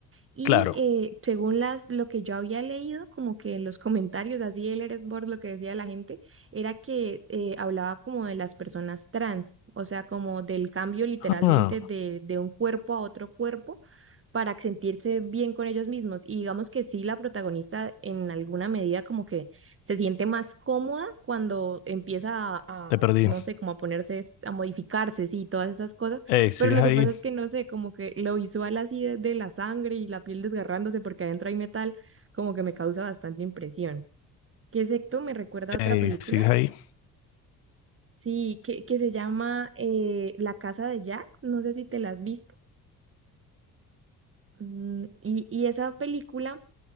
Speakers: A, on the right; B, on the left.
A: Y
B: Claro.
A: eh, según las, lo que yo había leído, como que en los comentarios, así el Reddit board, lo que decía la gente, era que eh, hablaba como de las personas trans, o sea, como del cambio literalmente
B: Ah,
A: de, de un cuerpo a otro cuerpo para sentirse bien con ellos mismos. Y digamos que sí, la protagonista en alguna medida como que se siente más cómoda cuando empieza a, a,
B: te perdí.
A: no sé, como a ponerse, es- a modificarse, sí, todas esas cosas.
B: Ey, ¿sigues
A: Pero lo
B: ahí?
A: que pasa es que, no sé, como que lo visual así de, de la sangre y la piel desgarrándose porque adentro hay metal, como que me causa bastante impresión. ¿Qué secto me recuerda a otra
B: Ey,
A: película?
B: ¿sigues ahí?
A: Sí, que, que se llama eh, La Casa de Jack, no sé si te la has visto. Mm, y, y esa película